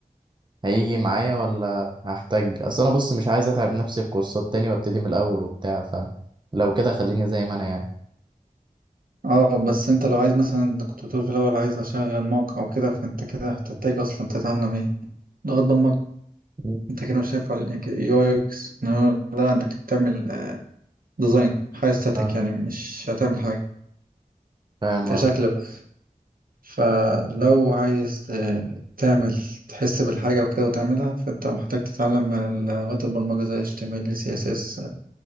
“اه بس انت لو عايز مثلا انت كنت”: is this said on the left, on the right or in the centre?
Right